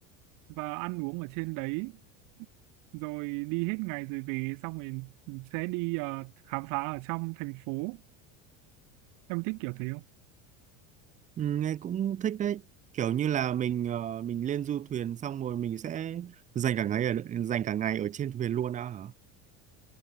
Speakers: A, on the right; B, on the right.
A: và ăn uống ở trên đấy rồi đi hết ngày rồi về xong rồi sẽ đi ờ, khám phá ở trong thành phố. Em thích kiểu thế
B: Ừ, nghe cũng thích đấy. Kiểu như là mình ờ, mình lên du thuyền xong rồi mình sẽ dành cả ngày ở dành cả ngày ở trên thuyền luôn đã hả?